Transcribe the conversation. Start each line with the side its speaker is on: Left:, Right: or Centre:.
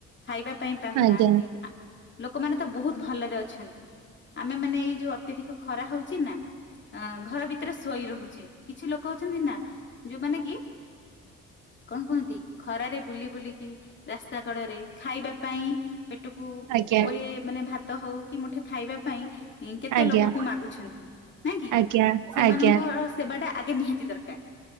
Left: ଖାଇବା ପାଇଁ ପାଉନାହାନ୍ତି
Right: ଆଜ୍ଞା
Left: ଲୋକମାନେ ତ ବହୁତ ଭଲରେ ଅଛନ୍ତି। ଆମେ ମାନେ ଏଇ ଯୋଉ ଅତ୍ୟଧିକ ଖରା ହଉଛି ନା ଅ ଘର ଭିତରେ ଶୋଇ ରହୁଛେ। କିଛି ଲୋକ ଅଛନ୍ତି ନା ଯୋଉମାନେ କି କଣ କୁହନ୍ତି? ଖରାରେ ବୁଲି ବୁଲିକି ରାସ୍ତା କଡରେ ଖାଇବା ପାଇଁ ପେଟକୁ
Right: ଆଜ୍ଞା ଆଜ୍ଞା
Left: ଓଳି ଏ - ମାନେ ଭାତ ହଉ କି ମୁଠେ ଖାଇବା ପାଇଁ। କେତେ
Right: ଆଜ୍ଞା
Left: ଲୋକକୁ ମାଗୁଛନ୍ତି ନାଇଁ କି
Right: ଆଜ୍ଞା
Left: ସେମାନଙ୍କ
Right: ଆଜ୍ଞା
Left: ସେବା ଟା ଆଗେ ନିହାତି ଦରକାର।